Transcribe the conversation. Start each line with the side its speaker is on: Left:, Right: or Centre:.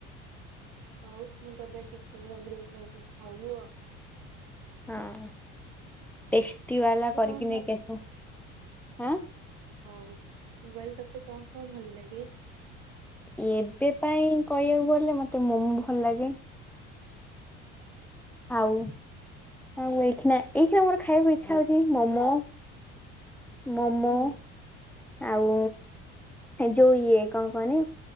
Right: ହୋଉ ମୁଁ ତୋ ପାଇଁ ଟିପିନରେ ପୁରେଇକି ନେଇଯିବି ତୁ ଖାଇବୁ ଆଉ।
Centre: ହଁ। ଟେଷ୍ଟି ବାଲା
Right: ତତେ
Centre: କରିକି
Right: କଣ
Centre: ନେଇକି ଆସ। ହଁ।
Right: ହୋଉ ମୁଁ କହିଲି ତତେ କଣ କଣ ଭଲଲାଗେ?
Centre: ଏବେ ପାଇଁ କହିବାକୁ ଗଲେ ମତେ ମୋମୋ ଭଲ ଲାଗେ। ଆଉ ଆଉ ଏଇ ଖୀଣା ଏଇ ଖୀଣା ମୋର ଖାଇବାକୁ ଇଚ୍ଛା ହୋଉଚି ମୋମୋ। ମୋମୋ।
Right: ହୁଁ
Centre: ଆଉ ଯୋଉ ଇଏ କଣ କହନି